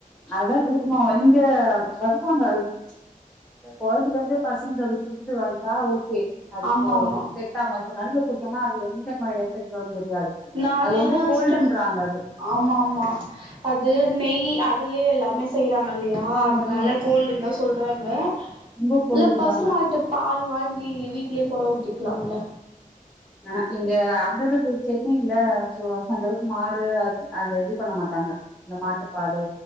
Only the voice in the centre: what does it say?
அதுதா குடுக்குணு இங்க வருவாங்க அ கொழந்தைகல இருந்து பசங்களுக் குடுத்து வள்த்தா ஓகே அதுக்கு
விட்டாங்கோ இப்ப நடுல குடுத்தோனா அது எந்த மாரி எஃபெக்ட் வருன் தெரியாது
அது ரொம்ப கோல்டுன்றாங்க
அது
ம்
ம்
ரொம்ப கோல்டுன்றாங்க
ஆஹ இங்க அந்த அளவுக்கு சென்னையில சோ அந்த அளவுக்கு மாடு அந்த இது பண்ண மாட்டாங்க இந்த மாட்டுப்பாலு